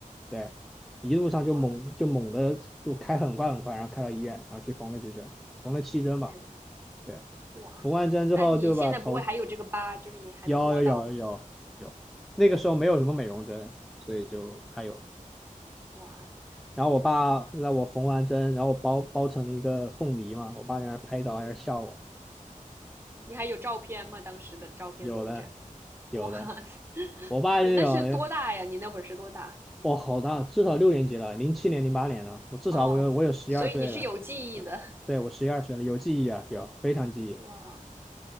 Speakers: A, in the centre; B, on the right.
A: 对，一路上就猛就猛的就开很快很快，
B: 哇
A: 然后开到医院，然后去缝了几针，缝了七针吧，
B: 天，
A: 对，
B: 哇，
A: 缝完针之后就把头
B: 那你现在不会还有这个疤，就是你还能摸到吗？
A: 有有有有有，那个时候没有什么美容针，所以就还有
B: 哇塞，
A: 然后我爸让我缝完针，然后我包包成了一个凤梨嘛，我爸在那儿拍照，
B: 嗯
A: 在那笑我。
B: 你还有照片吗？当时的照片留着。
A: 有的，有的，
B: 哇塞，
A: 我爸那种，
B: 天，那是多大呀？你那会儿是多大？
A: 我好大，至少六年级了，零七年、零八年了，我至少我有我有十一二岁了，
B: 哦，所以你是有记忆的。
A: 对，我十一二岁了，有记忆啊，有非常记忆，
B: 哇